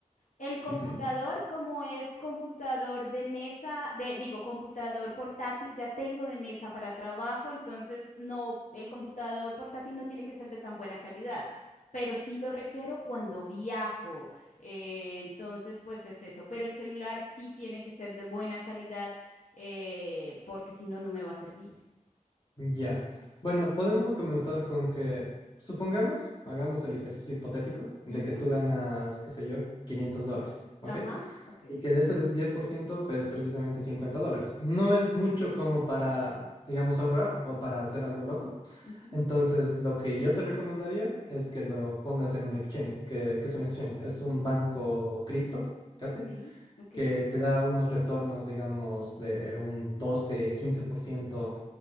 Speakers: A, on the left; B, on the left.
A: El computador,
B: Ujú,
A: como es computador de mesa, de, digo, computador portátil, ya tengo de mesa para trabajo, entonces no, el computador portátil no tiene que ser de tan buena calidad, pero sí lo requiero cuando viajo. eh, entonces, pues es eso, pero el celular sí tiene que ser de buena calidad, eh, porque si no, no me va a servir.
B: Ya. Bueno, podemos comenzar con que, supongamos, hagamos el ejercicio hipotético de
A: Ujú,
B: que tú ganas, qué sé yo, 500 dólares, ¿ok?
A: Ajá, ok.
B: Y que de ese des- 10% es precisamente 50 dólares. No es mucho como para, digamos, ahorrar o para hacer algo loco.
A: ujú,
B: Entonces, lo que yo te recomendaría es que lo pongas en un exchange. que es un exchange? Es un
A: ujú,
B: banco cripto, casi,
A: Sí, ok.
B: que te da unos retornos, digamos, de un doce quince por ciento